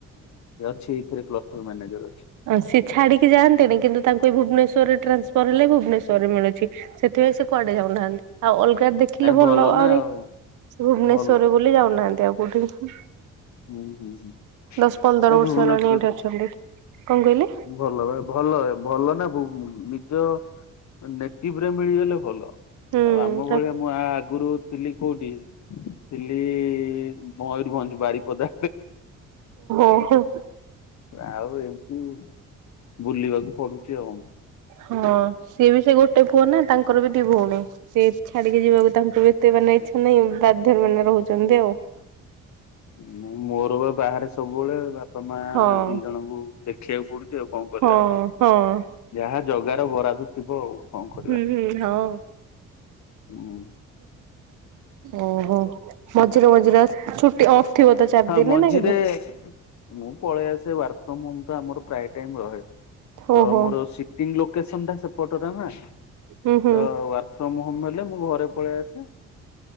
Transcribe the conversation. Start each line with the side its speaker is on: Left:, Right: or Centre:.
Left: ସିଏ ଏଇଥିରେ କ୍ଲଷ୍ଟର ମାନେଜର
Right: ଆ ସି ଛାଡିକି ଯାଆଁନ୍ତିନି କିନ୍ତୁ ତାଙ୍କୁ ସେ ଭୁବନେଶ୍ୱରରେ ଟ୍ରାନ୍ସଫର୍ ହେଲେ ଭୁବନେଶ୍ୱରରେ ମିଳୁଛି। ସେଥିପାଇଁ ସେ କୁଆଡେ ଯାଉନାହାଁନ୍ତି। ଆଉ ଅଲଗ ଦେଖିଲେ
Left: ନାଇଁ
Right: ଭଲ ହ
Left: ନା
Right: ଆହୁରି।
Left: ଆଉ
Right: ସେ ଭୁବନେଶ୍ଵରରେ
Left: ଭଲ
Right: ବୋଲି ଯାଉନାହାଁନ୍ତି। ତେ ଆଉ କଉଠି?
Left: ହୁଁ ହୁଁ ହୁଁ
Right: ଦଶ ପନ୍ଦର
Left: ଏ
Right: ବର୍ଷ
Left: ଭୁବନେଶ୍ଵରୀ
Right: ହେଲାଣି ଏଇଠେ ଅଛନ୍ତି। କଣ କହିଲେ?
Left: ଭଲ ବା ଭଲ ଭଲ ନା। ଉ ନିଜ ନେଟିଭ୍ ରେ ମିଳିଗଲେ ଭଲ।
Right: ହୁଁ
Left: ଆଉ ଆମ ଭଳିଆ ମୁଁ ଆ ଆ ଆଗୁରୁ ଥିଲି କୋଉଠି ଥିଲି ମୟୂରଭଞ୍ଜ ବାରି ବଦା।
Right: ଓହୋ।
Left: ଆଉ ଏ ଉ ବୁଲିବାକୁ ପଡୁଛି ଆଉ।
Right: ହଁ। ସିଏ ବି ସେ ଗୋଟେ ପୁଅ ନା ତାଙ୍କର ବି ଦି ଭଉଣୀ। ସେ ଛାଡିକି ଯିବାକୁ ତାଙ୍କୁ ଏତେ ମାନେ ଇଛା ନାହିଁ। ବାଧ୍ୟରେ ମାନେ ରହୁଛନ୍ତି ଆଉ।
Left: ମୁଁ ମୋର ବା ବାହାରେ ସବୁବେଳେ। ବାପ ବାପ ମା
Right: ହଁ।
Left: ଦି ଜଣଙ୍କୁ ଦେଖିବାକୁ ପଡୁଛି ଆଉ କଣ କରିବା।
Right: ହଁ ହଁ।
Left: ଯାହା ଜଗାର ବରାଦ ଥିବ ଆଉ କଣ କରିବା।
Right: ହୁଁ ହୁଁ ହଁ।
Left: ହୁଁ।
Right: ଓହୋ ମଝିରେ ମଝିରେ ଆସ୍ ଛୁଟି ଅଫ୍। ଥିବ ତ ଚାରି
Left: ହଁ
Right: ଦିନ
Left: ମଝିରେ
Right: ନା କେବେ?
Left: ମୁଁ ପଳେଇ ଆସେ ୱାର୍କ ଫ୍ରମ ହୋମ ଆମର ପ୍ରାୟ ଟାଇମ ରହେ
Right: ଓହୋ
Left: ତ ମୋର ସିଟିଙ୍ଗ ଲୋକେସନ ଟା ସେ ପଟ ଟା ନା
Right: ହୁଁ ହୁଁ।
Left: ତ ୱାର୍କ ଫ୍ରମ ହୋମ ହେଲେ ମୁଁ ଘରେ ପଳେଇ ଆସେ।